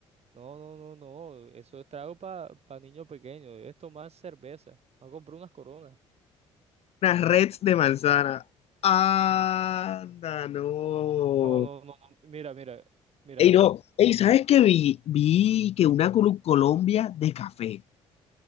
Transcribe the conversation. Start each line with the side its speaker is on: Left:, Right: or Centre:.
Right: No, no, no, no, eso es trago para niño pequeño, debes tomar cerveza. Vamos a comprar unas coronas.
Left: Unas reds de manzana. Anda, no.
Right: No, no, no, no, mira, mira, mira,
Left: Ey, no. Ey, ¿sabes qué vi? Vi que una Colu- Colombia de café.